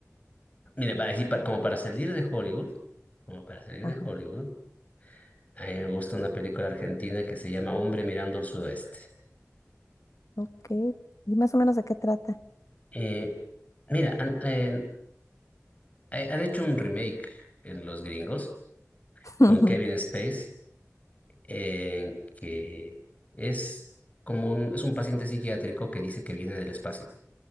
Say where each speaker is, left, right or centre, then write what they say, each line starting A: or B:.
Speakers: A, on the left; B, on the left.
A: mira, para, así pa- como para salir de Hollywood, como para salir
B: Ajá,
A: de Hollywood, a mí me gusta una película argentina que se llama Hombre mirando al sudoeste.
B: ok. ¿Y más o menos de qué trata?
A: Eh, mira, han, eh, han hecho un remake en Los Gringos
B: <laughs>
A: con Kevin Space, eh, que es como un, es un paciente psiquiátrico que dice que viene del espacio.